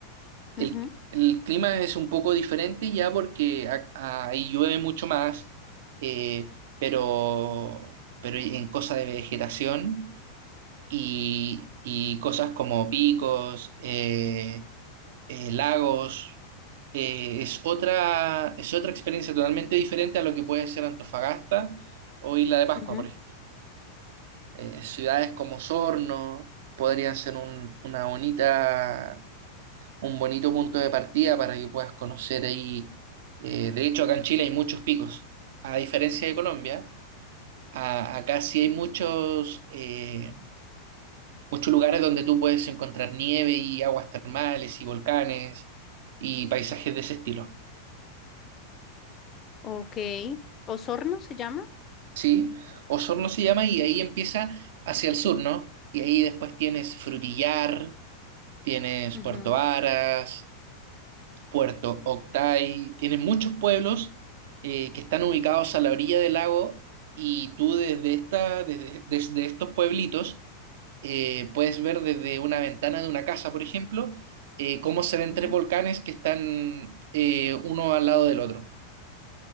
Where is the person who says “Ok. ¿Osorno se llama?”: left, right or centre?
Left